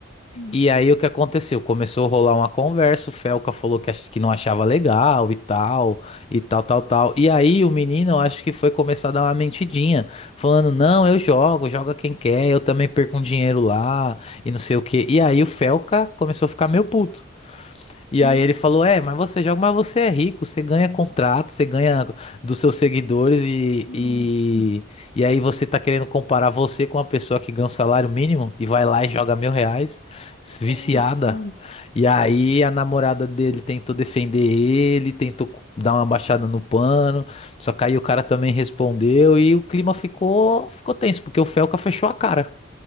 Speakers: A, on the left; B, on the left.
A: No-
B: E aí o que aconteceu? Começou a rolar uma conversa, o Felca falou que, ach- que não achava legal e tal, e tal, tal, tal. E aí o menino, eu acho que foi começar a dar uma mentidinha, falando, não, eu jogo, joga quem quer, eu também perco um dinheiro lá, e não sei o quê. E aí o Felca começou a ficar meio puto. E
A: hum,
B: aí ele falou: É, mas você joga, mas você é rico, você ganha contrato, você ganha dos seus seguidores e,
A: Nossa,
B: e, e aí você tá querendo comparar você com uma pessoa que ganha um salário mínimo e vai lá e joga mil reais, viciada.
A: poxa.
B: E aí a namorada dele tentou defender ele, tentou dar uma baixada no pano, só que aí o cara também respondeu e o clima ficou, ficou tenso, porque o Felca fechou a cara.